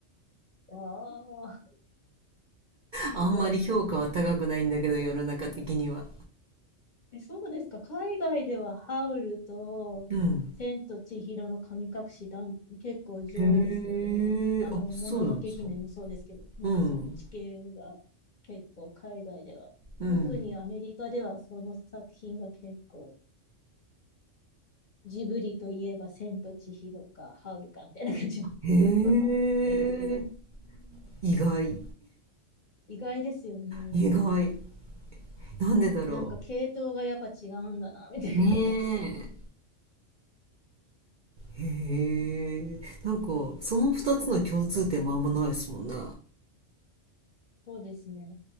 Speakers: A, on the left (about 40°); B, on the right (about 55°).
A: ああー、
B: あんまり評価は高くないんだけど世の中的には
A: すごいな。え、そうですか。海外ではハウルと千と千尋の神隠しだん、
B: うん
A: 結構上位ですけどね。
B: へえ、
A: あの、
B: あ、そうなんですか。
A: もののけ姫もそうですけど、なんかそっち系が結構海外では。
B: うんうん
A: 特にアメリカではその作品が結構、ジブリといえば千と千尋かハウルかみたいな感じの
B: へえ、
A: <laughs> あれですけど、
B: 意外、
A: 意外ですよね。
B: 意外。なんでだろ
A: なんか系統がやっぱ違うんだな、みたいな。
B: ねえ。う。へえ、なんか、その二つの共通点もあんまないですもんね。
A: そうですね。